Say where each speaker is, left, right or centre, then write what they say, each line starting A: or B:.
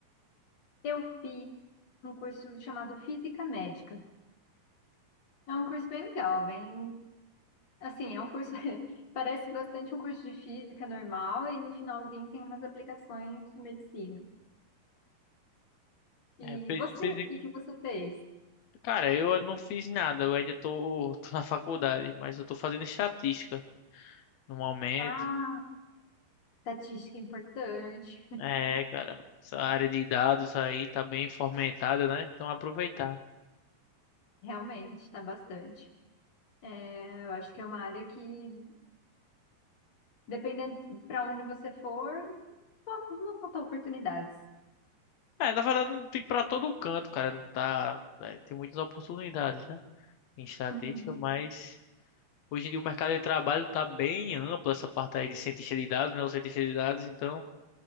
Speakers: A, on the left; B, on the left.
A: Eu fiz um curso chamado Física Médica. É um curso bem legal, bem. Assim, é um curso. <laughs> Parece bastante um curso de física normal e no finalzinho tem umas aplicações de medicina. E
B: É, fez,
A: você,
B: fez...
A: o que que você fez?
B: Cara, eu não fiz nada, eu ainda tô, tô na faculdade, mas eu tô fazendo estatística no momento.
A: Ah, estatística é importante.
B: É, cara, essa área de dados aí tá bem fomentada, né? Então aproveitar.
A: <laughs> Realmente, está bastante. É, eu acho que é uma área que, dependendo para onde você for, não vão faltar oportunidades.
B: É, na verdade não tem pra todo canto, cara, não tá, é, tem muitas oportunidades, né? Em estatística,
A: Uhum.
B: mas Hoje em dia o mercado de trabalho está bem amplo, essa parte aí de cientista de dados, né? O cientista de dados, então.